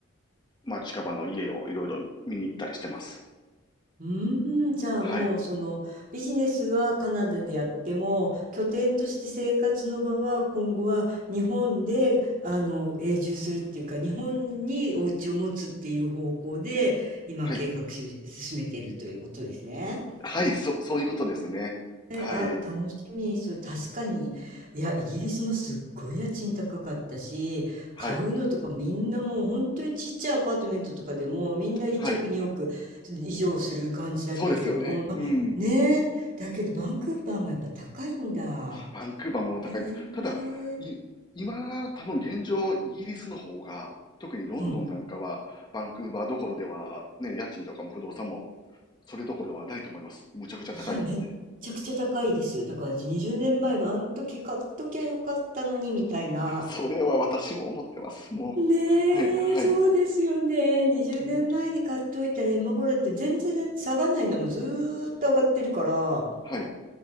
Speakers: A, on the left; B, on the right.
A: まあ、近場の家をいろいろ見に行ったりしてます。
B: うーん、じゃあもうそのビジネスはカナダでやっても拠点として生活の場は今後は日本であの永住するっていうか日本にお家を持つっていう方向で今計画し進めているということですね。
A: はい。はい。はい、そ、そういうことですね。はい。
B: あ、楽しみ。そう、確かに。いや、イギリスもすっごい家賃高かったし、
A: はい。
B: 買うのとかみんなもう本当にちっちゃいアパートメントとかでもみんな1億、
A: はい。
B: 2億以上する感じだったけれども、
A: そうですよね。
B: まあ、
A: うん。
B: ねえ、だけどバンクーバーもやっぱ高いんだ。
A: バンクーバーも高いです。
B: へえ、
A: ただ、い、今、多分現状、イギリスの方が、特にロンドンなんかは、
B: うん。
A: バンクーバーどころでは、ね、家賃とかも不動産も、それどころではないと思います。むちゃくちゃ高いって。
B: いや、めっちゃくちゃ高いです。だから私20年前のあの時買っときゃよかったのにみたいな。
A: それは私も思ってます。もう。
B: ねえ、
A: はい、はい。
B: そうですよね。20年前に買っといたら今頃だって全然だって下がんないんだもん。
A: うん、
B: ずーっと上がってるから。
A: はい、